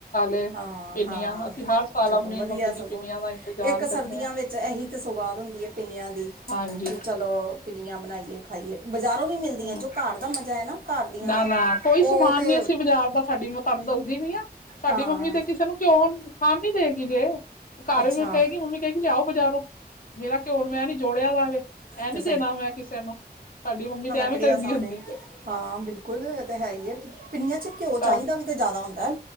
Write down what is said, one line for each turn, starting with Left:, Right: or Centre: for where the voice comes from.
Left: ਏ
Right: ਹਾਂ,
Left: ਪਿੰਨੀਆਂ
Right: ਹਾਂ
Left: ਅਸੀਂ ਹਰ ਸਾਲ
Right: ਚਲੋ
Left: ਆਪਣੀ
Right: ਵਧੀਆ
Left: ਮੰਮੀ
Right: ਸਗੋਂ,
Left: ਦੀ ਪਿੰਨੀਆਂ ਦਾ ਇੰਤਜ਼ਾਰ
Right: ਇੱਕ
Left: ਕਰਨੇ
Right: ਸਰਦੀਆਂ
Left: ਆ
Right: ਵਿੱਚ ਇਹੀ ਤਾਂ ਸੁਗਾਦ ਹੁੰਦੀ ਹੈ ਪਿੰਨੀਆਂ ਦੀ,
Left: ਹਾਂਜੀ
Right: ਫਿਰ ਚਲੋ ਪਿੰਨੀਆਂ ਬਣਾਈਏ ਖਾਈਏ, ਬਜ਼ਾਰੋਂ ਵੀ ਮਿਲਦੀਆਂ
Left: ਹਾਂ
Right: ਜੋ ਘਰ ਦਾ ਮਜ਼ਾ ਹੈ ਨਾ ਘਰ ਦੀਆਂ
Left: ਨਾ
Right: ਦਾ
Left: ਨਾ ਕੋਈ
Right: ਉਹ
Left: ਸਮਾਨ
Right: ਤੇ
Left: ਨੀ ਅਸੀਂ ਬਾਜ਼ਾਰ ਦਾ ਸਾਡੀ ਮੈਂ ਤੁਹਾਨੂੰ ਦੱਸਦੀ ਵੀ ਆ ਸਾਡੀ
Right: ਹਾਂ
Left: ਮੰਮੀ ਤੇ ਕਿਸੇ ਨੂੰ ਘਿਉ ਖਾਣ ਨੀ ਦੇਗੀ ਜੇ ਘਰ
Right: ਅੱਛਾ
Left: ਵੀ ਕਹੇਗੀ ਮੰਮੀ ਕਹੇਗੀ ਲਿਆਓ ਬਜ਼ਾਰੋਂ, ਮੇਰਾ ਘਿਓ ਮੈਂ ਨੀ ਜੋੜਿਆ ਜਾਵੇ ਇਹ
Right: ਤੇ
Left: ਨੀ ਦੇਣਾ ਮੈਂ ਕਿਸੇ ਨੂੰ, ਸਾਡੀ ਮੰਮੀ ਤੇ ਐਵੇਂ
Right: ਬੜੇ
Left: ਕਹਿੰਦੀ
Right: ਆਸਾਨ
Left: ਹੁੰਦੀ ਜੇ
Right: ਹਾਂ ਬਿਲਕੁਲ ਤੇ ਹੈ ਹੀ ਹੈ ਪਿੰਨੀਆਂ ਚ ਘਿਓ ਚਾਹੀਦਾ
Left: ਘਰ
Right: ਵੀ ਤੇ ਜ਼ਿਆਦਾ ਹੁੰਦਾ ਹੈ,